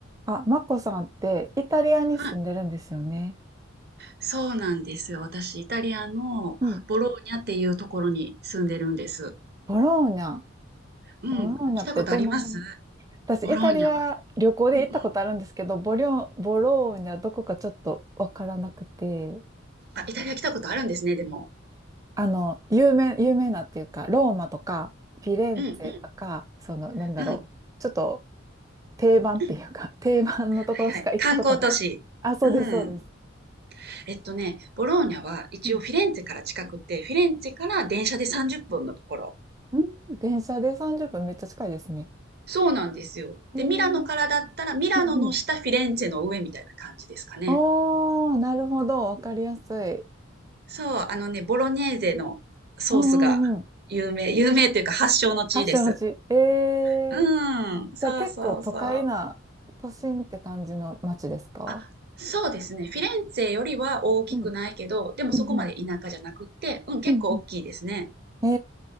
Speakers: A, on the right; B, on the right.
A: あ、マコさんってイタリアに住んでるんですよね。
B: はい、そうなんですよ。私、イタリアのボローニャっていうところに住んでるんです。
A: うん。ボローニャ。
B: うん、
A: ボローニャってどの辺
B: 来たことあります
A: 私、
B: ボローニャは。
A: イタリア旅行で行ったことあるんですけど、
B: うんうん。
A: ボリョ、ボローニャどこかちょっとわからなくて、
B: あ、イタリア来たことあるんですね、でも。
A: あの、有名、有名なっていうか、ローマとか、フィレンツェとか、
B: うんうん。
A: その、なんだろう、
B: うん。
A: ちょっと定番っていうか、
B: うん
A: 定番のところしか行ったことなくて。
B: はいはい。観光都市。
A: あ、そうです、
B: うん。
A: そうです。
B: えっとね、ボローニャは一応フィレンツェから近くて、
A: うん。
B: フィレンツェから電車で30分のところ。
A: うん電車で30分めっちゃ近いですね。
B: そうなんですよ。
A: えー、
B: で、
A: うん
B: ミラノからだったら、ミラノの下、
A: うん
B: フィレンツェの上みたいな感じですかね。
A: おー、なるほど。わかりやすい。
B: そう、あのね、ボロネーゼのソースが有名、
A: うんうんうん。
B: 有名というか発祥の地です。
A: 発祥の地。ええ
B: うん、そうそうそう。
A: じゃあ結構都会な、都心って感じの街ですか
B: あ、そうですね。フィレンツェよりは大きくないけど、
A: うん。
B: でもそこまで田舎じゃなくって、
A: うんうん。
B: うん、結構大きいですね。
A: うんうんえ